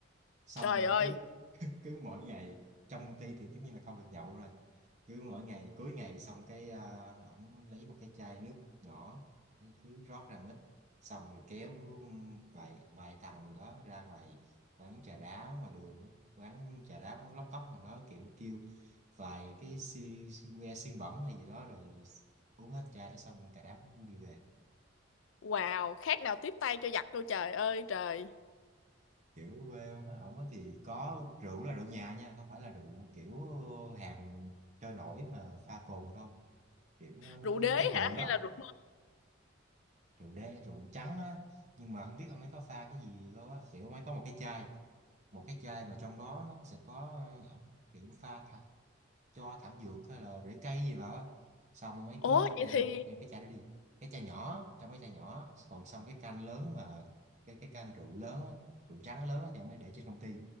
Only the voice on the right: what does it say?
xong
rồi
cứ <laughs> cứ mỗi ngày trong công ty thì tất nhiên là không được nhậu rồi cứ mỗi ngày cuối ngày xong cái à, ổng lấy một cái chai nước nhỏ lấy cứ rót ra một ít xong rồi kéo vài vài thằng gì đó ra ngoài quán trà đá ngoài đường á, quán trà đá quán lóc cóc nào đó kiểu kêu vài cái si, si que xiên bẩn hay gì đó rồi uống hết chai đó xong cả đám đi về
kiểu quê quá ổng á thì có rượu là rượu nhà nha không phải là rượu kiểu hàng trôi nổi mà pha cồn đâu kiểu nó nó,
nó
chất lượng
đó
rượu đê rượu trắng á nhưng mà không biết ông ấy có pha cái gì đâu á kiểu ông ấy có một cái chai một cái chai mà trong đó nó sẽ có ờ, kiểu pha cho thảo dược hay là rễ cây gì vào á xong ông ấy
cứ đem
đem cái chai đó đi cái chai nhỏ trong cái chai nhỏ còn xong cái can lớn mà cái cái can rượu lớn á, rượu trắng lớn á thì ông ấy để trên công ty